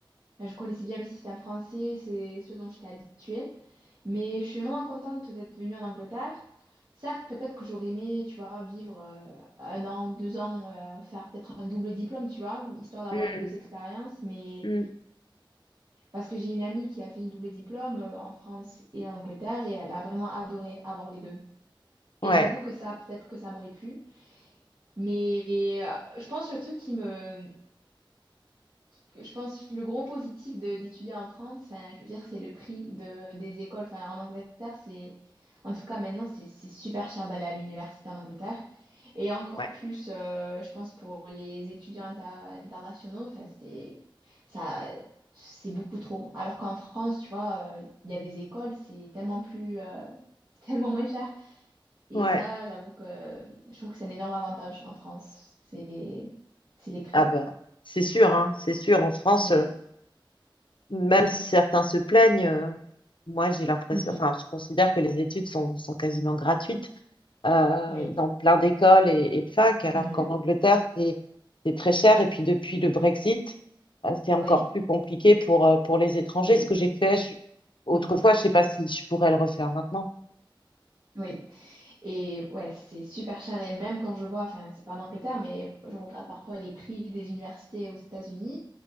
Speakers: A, on the right; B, on the left.
A: Enfin, Je connaissais bien le système français, c'est ce dont j'étais habituée, mais je suis vraiment contente d'être venue en Angleterre. Certes, peut-être que j'aurais aimé, tu vois, vivre euh, un an, deux ans, euh, faire peut-être un double diplôme, tu vois, histoire d'avoir
B: Mm,
A: les deux expériences, mais
B: mm.
A: Parce que j'ai une amie qui a fait une double diplôme euh, en France et en Angleterre et elle a vraiment adoré avoir les deux. Et
B: Ouais,
A: j'avoue que ça, peut-être que ça m'aurait plu. Mais euh, je pense le truc qui me... que Je pense le gros positif de- d'étudier en France, enfin, je veux dire, c'est le prix de, des écoles. Enfin, en Angleterre, c'est... En tout cas, maintenant, c'est c'est super cher d'aller à l'université en Angleterre. Et encore
B: ouais,
A: plus, euh, je pense, pour les étudiants inter- internationaux, enfin, c'est ça, c'est beaucoup trop. Alors qu'en France, tu vois, euh, il y a des écoles, c'est tellement plus, euh, <laughs> tellement moins cher. Et
B: ouais.
A: ça, j'avoue que je trouve que c'est un énorme avantage en France. C'est, c'est les prix.
B: Ah ben, c'est sûr, hein, c'est sûr. En France,
A: Mm.
B: euh, même si certains se plaignent, euh, moi j'ai l'impression,
A: Mhm.
B: enfin, je considère que les études sont, sont quasiment gratuites. euh,
A: Oui,
B: dans plein d'écoles et, et de facs, alors
A: Mhm.
B: qu'en Angleterre, c'est c'est très cher. Et puis depuis le Brexit, euh, c'est encore
A: Oui,
B: plus compliqué pour, euh, pour les étrangers.
A: oui,
B: Ce que j'ai fait je- autrefois,
A: Mhm.
B: je sais pas si je pourrais le refaire maintenant.
A: Oui. Et ouais, c'est super cher. Et même quand je vois, enfin, c'est pas en Angleterre, mais je regarde parfois les prix des universités aux États-Unis.